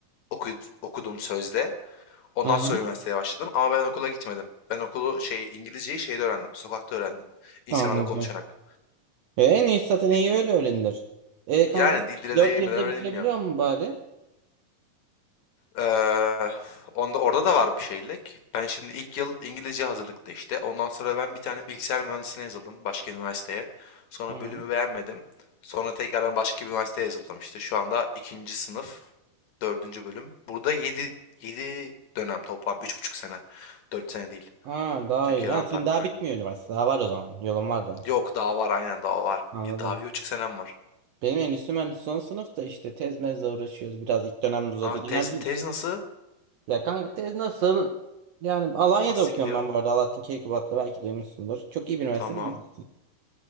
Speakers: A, on the left; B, on the right.
A: oku- okudum sözde. Ondan
B: Hı hı,
A: sonra üniversiteye başladım ama ben okula gitmedim. Ben okulu şey İngilizceyi şeyde öğrendim. Sokakta öğrendim. İnsanlarla
B: anladım.
A: konuşarak.
B: E, en iyisi zaten iyi
A: Dil-
B: öyle öğrenilir. E kanka
A: Yani dil dile
B: 4
A: değmeden
B: yılda
A: öğrenilmiyor.
B: bitirebiliyor mu bari?
A: Ee, onda orada da var bir şeylik. Ben şimdi ilk yıl İngilizce hazırlıkta işte. Ondan sonra ben bir tane bilgisayar mühendisliğine yazıldım başka üniversiteye. Sonra
B: Hı.
A: bölümü beğenmedim. Sonra tekrardan başka bir üniversiteye yazıldım işte. Şu anda ikinci sınıf, dördüncü bölüm. Burada yedi, yedi dönem toplam. Üç buçuk sene. Dört sene değil.
B: Aa daha
A: Türkiye'den
B: iyi. Ha, senin
A: farklı
B: daha
A: aynı.
B: bitmiyor üniversite. Daha var o zaman. Yolun var da.
A: Yok daha var aynen daha var.
B: Anladım.
A: Bir daha bir buçuk senem var.
B: Benim endüstri mühendisliği son sınıfta işte tez mezle uğraşıyoruz. Biraz ilk dönemde uzadı.
A: Aa
B: Genelde
A: tez tez nasıl?
B: ya kanka tez nasıl? Yani Alanya'da
A: Nasıl
B: okuyorum
A: gidiyor?
B: ben bu arada. Alaaddin Keykubat'ta belki duymuşsundur. Çok iyi bir üniversite
A: Tamam.
B: değil.